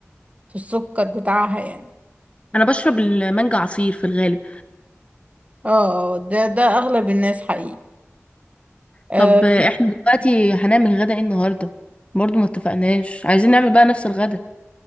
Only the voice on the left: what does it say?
انا بشرب المانجا عصير في الغالب
طب احنا دلوقتي هنعمل غدا ايه النهارده برضو ما اتفقناش عايزين نعمل بقى نفس الغدا